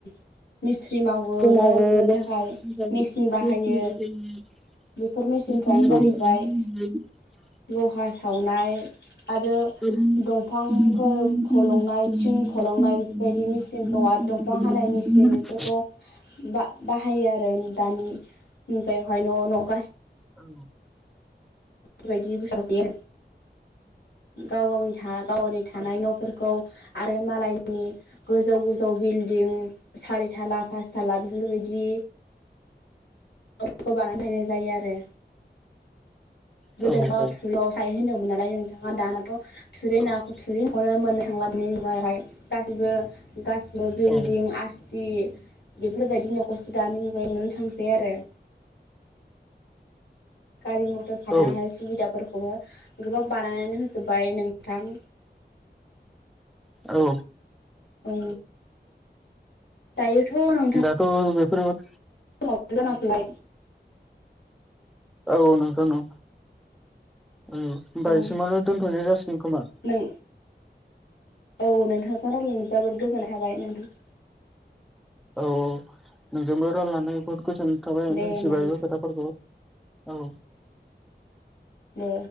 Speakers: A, on the left; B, in the centre.
A: - मिस्थ्रि मावो
B: जोंनाबो
A: न' लुनो
B: लस
A: थाखाय,
B: जायो
A: मेसिन बाहायो।
B: लस <unintelligible>
A: बेफोर मेचिनफ्रानो जाहैबाय लहा सावनाय, आरो
B: बेखौनो नखल
A: दंफांफोर फलंनाय, थिं फलंनाय। बायदि
B: खालामनानै
A: मेसिनखौ बिफां हानाय मेसिन बेफोरखौ बा-बाहायो आरो दानि बेवहाय न - न गासिबो
B: औ।
A: बेबायदि <unintelligible> आरो गाव -गावनि <unintelligible> गाव -गावनि <unintelligible> थानाय न' फोरखौ आरो मालायनि गोजौ -गोजौ बिलदिं सारि थाला पासथाला बेफोर बायदि न'फोरखौ बानायना दोननाय जायो आरो। गोदोथ'
B: लोगो हमनानै
A: थुरियाव थायो होनदोंमोन नालाय। नोंथाङा दानाथ' थुरि नाखौ
B: आरो
A: थुरि न'खौनो मोननो <unintelligible> मुगायावहाय गासिबो गासिबो
B: औ
A: बिल्डिं
B: औ
A: <unintelligible> जि बेफोरबायदि न'खौसो दानि मुगायाव नुनो थांसै आरो <inaudible> <unintelligible> गारि मथर खारनो
B: औ
A: हानाय सुबिदा फोरखौबो गोबां बानायनानै होजोब्बाय नोंथां
B: औ
A: औ दायोथ' नोंथां
B: दाथ' बेफोरबो
A: समाबो जाना फैबाय
B: औ नंगौ औ होनबा
A: औ
B: इसिमावनो दोनथ'नाय जासिगोन खोमा
A: नों औ नोंथांजो रायलायना जोबोद गोजोन थाबाय नोंथां
B: औ नोंजोंबो रायलनानै बुहुद गोजोननाय थाबाय
A: दे
B: मिथिबाय
A: होमबा नोंथां
B: बो खोथाफोरखौ औ
A: दे